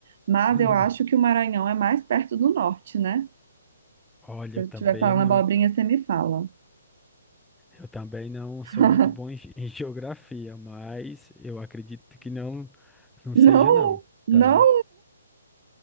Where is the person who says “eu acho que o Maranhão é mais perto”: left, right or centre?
Right